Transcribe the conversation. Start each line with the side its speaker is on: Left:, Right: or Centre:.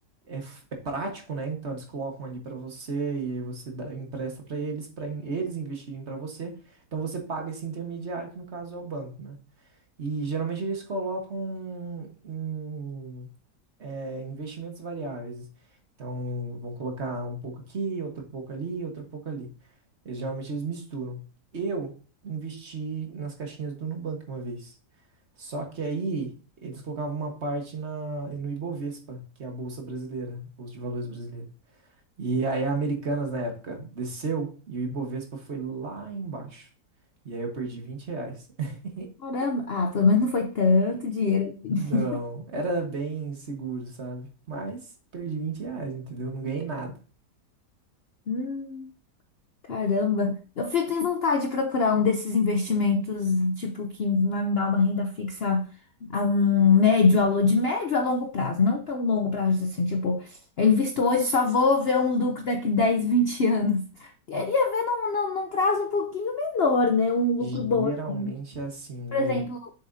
Right: é, f- é prático, né? Então, eles colocam ali para você e aí você dá- empresta para eles, para eles investirem para você. Então, você paga esse intermediário, que no caso é o banco, né? E geralmente eles colocam em é, investimentos variáveis. Então, vão colocar um pouco aqui, outro pouco ali, outro pouco ali. E, geralmente eles misturam. Eu investi nas caixinhas do Nubank uma vez. Só que aí eles colocavam uma parte na, no Ibovespa, que é a Bolsa Brasileira, Bolsa de Valores Brasileira. E aí a Americanas na época desceu e o Ibovespa foi lá embaixo. E aí eu perdi 20 reais. <laughs>
Left: Caramba. Ah, pelo menos não foi tanto dinheiro assim.
Right: Não, era bem seguro, sabe? Mas perdi 20 reais, entendeu? Não ganhei nada.
Left: Hum. Caramba, eu fico tenho vontade de procurar um desses investimentos, tipo, que vai me dar uma renda fixa a um médio, a lo- de médio a longo prazo, não tão longo prazo assim, tipo, eu invisto hoje, só vou ver um lucro daqui 10, 20 anos. Queria ver num, num, num prazo um pouquinho menor, né? Um lucro
Right: Geralmente
Left: bom assim.
Right: é assim,
Left: Por
Right: Lê.
Left: exemplo,